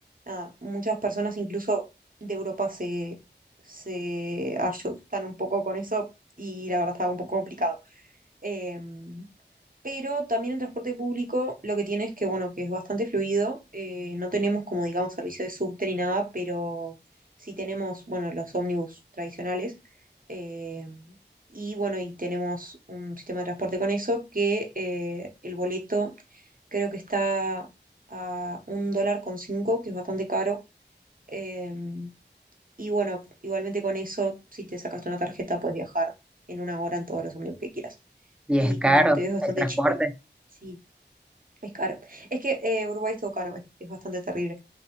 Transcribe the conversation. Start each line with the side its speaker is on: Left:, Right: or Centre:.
Right: nada, muchas personas incluso de Europa se, se asustan un poco con eso y la verdad está un poco complicado. Eh, pero también el transporte público lo que tiene es que, bueno, que es bastante fluido. eh, no tenemos como, digamos, servicio de subte ni nada, pero sí tenemos, bueno, los ómnibus tradicionales. eh, y bueno, y tenemos un sistema de transporte con eso que eh, el boleto creo que está a un dólar con cinco, que es bastante caro. eh, y bueno, igualmente con eso, si te sacaste una tarjeta, puedes viajar en una hora en todos los ómnibus que quieras.
Centre: Y
Right: Y
Centre: es caro
Right: como Montevideo es
Centre: el
Right: bastante
Centre: transporte.
Right: chico, sí, es caro. Es que eh, Uruguay es todo caro, es, es bastante terrible.